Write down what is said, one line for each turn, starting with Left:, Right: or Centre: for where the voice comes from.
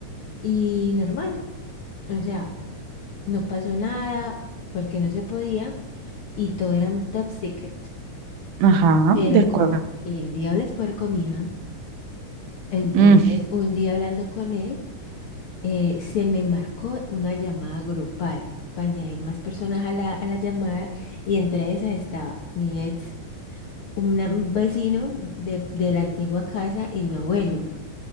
Left: Y normal, o sea, no pasó nada porque no se podía y todo era un top secret.
Right: Ajá,
Left: Pero
Right: de acuerdo.
Left: como el diablo es puerco, mija, entonces
Right: Mm,
Left: un día hablando con él, eh, se me marcó una llamada grupal para añadir más personas a la, a la llamada y entre esas estaba mi ex, un vecino de, de la antigua casa y mi abuelo.